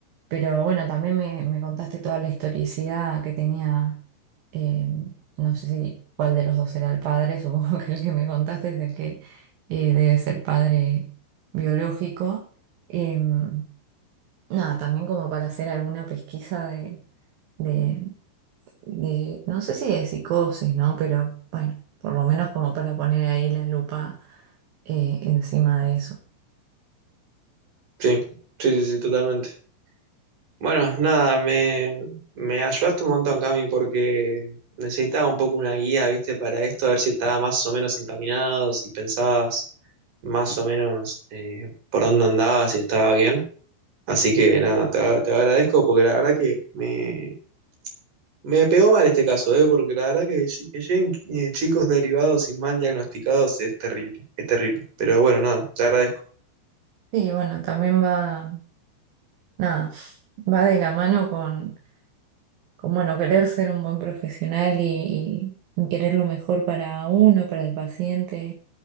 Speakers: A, on the right; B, on the right.
A: pero bueno, también me, me contaste toda la historicidad que tenía, em, no sé si cuál de los dos era el padre, <laughs> supongo que el que me contaste es el que eh, debe ser padre biológico. Em, nada, también como para hacer alguna pesquisa de, de, de, no sé si de psicosis, ¿no? Pero bueno, por lo menos como para poner ahí la lupa eh, encima de eso.
B: Sí, sí, sí, sí, totalmente. Bueno, nada, me, me ayudaste un montón, Cami, porque necesitaba un poco una guía, ¿viste? Para esto, a ver si estaba más o menos encaminado, si pensabas más o menos eh, por dónde andabas, si estaba bien. Así que nada, te, te agradezco porque la verdad que me, me pegó mal este caso, ¿eh? Porque la verdad que, lle- que lleguen eh, chicos derivados y mal diagnosticados es terrible, es terrible. Pero bueno, nada, te agradezco.
A: Sí, bueno, también va, nada, va de la mano con, con bueno, querer ser un buen profesional y, y querer lo mejor para uno, para el paciente